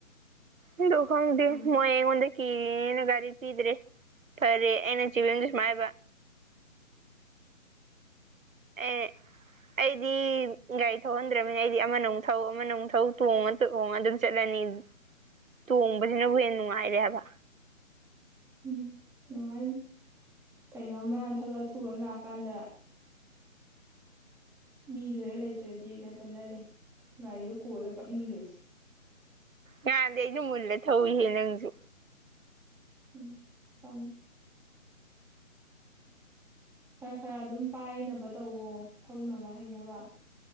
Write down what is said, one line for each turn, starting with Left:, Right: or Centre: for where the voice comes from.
Right: ꯍꯗ ꯈꯪꯗꯤ
Centre: ꯎꯝ
Right: ꯃꯣꯏ ꯑꯩꯉꯣꯟꯗ ꯀꯤꯅ ꯒꯥꯔꯤ ꯄꯤꯗ꯭ꯔꯦ ꯐꯔꯦ ꯑꯩꯅ ꯆꯤꯕꯤꯝꯗ ꯁꯨ ꯍꯥꯏꯕ ꯑꯦ ꯑꯩꯗꯤ ꯒꯥꯔꯤ ꯊꯧꯍꯟꯗ꯭ꯔꯕꯅ ꯑꯩꯗꯤ ꯑꯃꯅ ꯊꯧ ꯑꯃꯅꯊꯧ ꯇꯣꯡꯉ ꯍꯣꯡꯉ ꯑꯗꯨꯝ ꯆꯠꯂꯅꯤ ꯇꯣꯡꯕꯁꯤꯅꯕꯨ ꯍꯦꯟꯅ ꯅꯨꯡꯉꯥꯏꯔꯦ ꯍꯥꯏꯕ
Centre: ꯎꯝ ꯎꯝ ꯅꯨꯡꯉꯥꯏꯅꯤ ꯀꯩꯅꯣꯃ ꯊꯕꯛ ꯑꯊꯨꯕ ꯑꯃ ꯂꯥꯛꯑꯀꯥꯟꯗ ꯃꯤꯗꯣ ꯍꯦꯛ ꯂꯩꯇ꯭ꯔꯗꯤ ꯅꯠꯇꯅꯅꯦ ꯒꯥꯔꯤꯗꯣ ꯀꯣꯜꯂ ꯀꯞꯅꯤꯡꯗꯣꯏꯁꯤ
Right: ꯌꯥꯍꯥꯟꯗꯦ ꯑꯩꯅ ꯃꯨꯜꯂ ꯊꯧꯏꯍꯦ ꯅꯪꯁꯨ
Centre: ꯎꯝ ꯊꯥꯎꯟ ꯈꯔ ꯈꯔ ꯑꯗꯨꯝ ꯄꯥꯏꯅꯕ ꯇꯧꯋꯣ ꯊꯧꯅꯕ ꯍꯩꯅꯕ